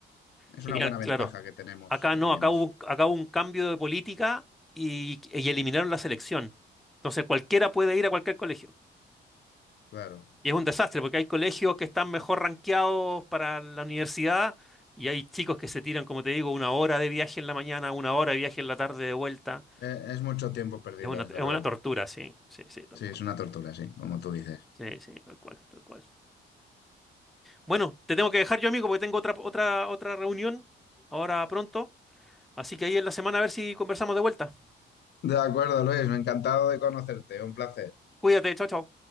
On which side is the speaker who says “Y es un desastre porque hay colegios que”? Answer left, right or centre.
Centre